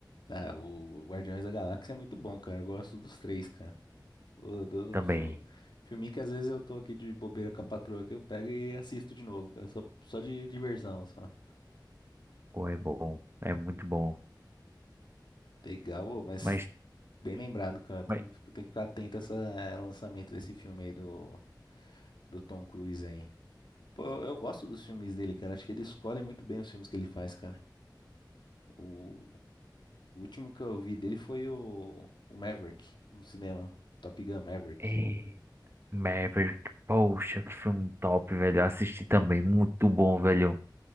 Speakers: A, on the left (about 70°); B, on the right (about 30°).
A: ah, o Guardiões da Galáxia é muito bom, cara. Eu gosto dos três, cara. O, do,
B: também.
A: do fil- filminho que às vezes eu tô aqui de bobeira com a patroa que eu pego e assisto de novo, cara. Só, só de diversão, só.
B: Pô, é bom, é muito bom.
A: Legal, ô, mas
B: Mas,
A: bem lembrado, cara. Tem,
B: mas...
A: tem que ficar atento a esse lançamento desse filme aí do, do Tom Cruise aí. Pô, eu, eu gosto dos filmes dele, cara. Acho que ele escolhe muito bem os filmes que ele faz, cara. O, o último que eu vi dele foi o, o Maverick, no cinema. Top Gun Maverick.
B: é. Maverick, poxa, que filme top, velho. Eu Assisti também, muito bom, velho.